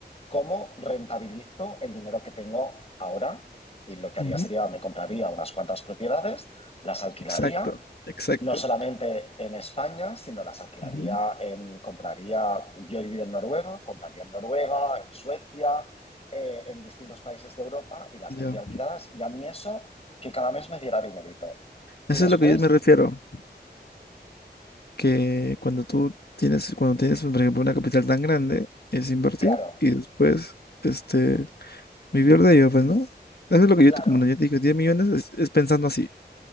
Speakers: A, on the left; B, on the left.
A: cómo rentabilizo el dinero que tengo ahora. Y lo que
B: ujú,
A: haría sería, me compraría unas cuantas propiedades, las alquilaría
B: Exacto, exacto.
A: no solamente en España, sino las alquilaría
B: ujú,
A: en, compraría, yo he vivido en Noruega, compraría en Noruega, en Suecia, eh, en distintos países de Europa y las
B: Ya.
A: tendría alquiladas. Y a mí eso, que cada mes me diera dinerito. Y
B: Eso
A: después,
B: es lo que yo me refiero, que cuando tú tienes, cuando tienes, por ejemplo, una capital tan grande, es invertir
A: claro,
B: y después, este, vivir de ello, pues, ¿no? Eso es lo que
A: claro,
B: yo, te- como yo te dije, 10 millones es, es pensando así.